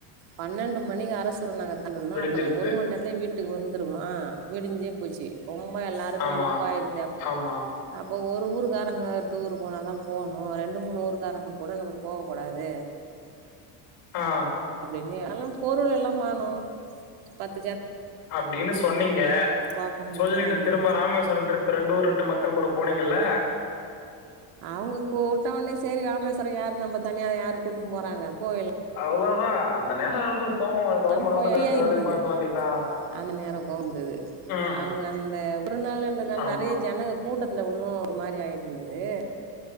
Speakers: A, on the right; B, on the left.
A: பன்னெண்டு மணிக்கு நாங்க
B: விடிஞ்சிருத்து.
A: அப்ப நா ஒரு மணி நேரத்தலே வீட்டுக்கு வந்துருவன் விடிஞ்சே போச்சு ரொம்ப எல்லாருக்கும்
B: ஆமா,
A: அழுப்பாயிருது அப்
B: ஆமா.
A: அப் இப்போ ஒரு ஊருக்காரங்க டூர் போனா தான் போணும் ரெண்டு மூணு ஊர்கக்காரங்க கூட நம்ம போகக்கூடாது
B: ஆ
A: எல்லாம் பொருள் எல்லாம் வாங்கும் பத்
B: அப்படின்னு சொன்னீங்க
A: பாக்க முடிஞ்சுது
B: சொல்லிட்டு
A: ஆமா
B: திரும்ப ராமேஸ்வரம் ரெண்டு ஊரு ரெண்டு மக்கள் கூட போ போனீங்கல்ல
A: அவங்க கூட்டவடனே சரி ராமேஸ்வரம் யாரு நம்ம தனிய யாரு கூட்டு போறாங்க போயி
B: அவ்வளோதான் அந்த நேரம் கோவம் அதுக்கப்புறம்
A: <unintelligible>
B: மறந்துட்டு அடுத்த
A: இருந்தது
B: வேலைய பாக்க வேண்டியதுதான்.
A: அந்த நேரம் கொந்தது
B: ம்.
A: அவங்க அந்த ஒரு நாள்ன்றதுனால
B: ஆமா.
A: நிறைய ஜனங்கள் கூட்டத்துல ஒன்னும் ஒரு மாதிரி ஆயிருந்தது